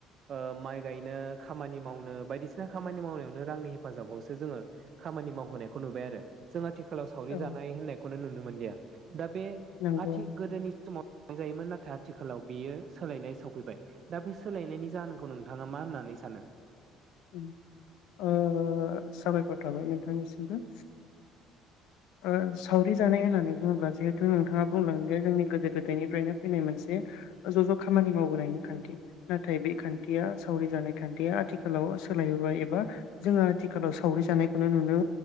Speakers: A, on the right (about 45°); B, on the left (about 80°).
A: ओ माइ गायनो खामानि मावनो बायदिसिना खामानि मावनाय नो रांनि हेफाजाबावसो जोङो खामानि मावहोनायखौ नुबाय आरो जों थिखालाव सावरि
B: औ
A: जानाय होननायखौनो नुनो मोनलिया <inaudible> दा बे
B: नंगौ
A: आथि गोदोनि समाव <unintelligible> जायोमोन नाथाय आथिखालाव बेयो सोलायनाय सौफैबाय दा बे सोलायनायनि जाहोनखौ नोंथाङा मा होननानै सानो
B: उम ओ साबायखर थाबाय नोंथांनिसिमबो ओ सावरि जानाय होननानै बुङोब्ला जिहेथु नोंथाङा बुंलांगो जोंनि गोदो- गोदायनिफ्रायनो फैनाय मोनसे ज' ज' खामानि मावबोनायनि खान्थि नाथाय बे खान्थिया सावरि जानाय खान्थिया आथिखालाव सोलायबोबाय एबा जोङो आथिखालाव सावरि जानायखौनो नुनो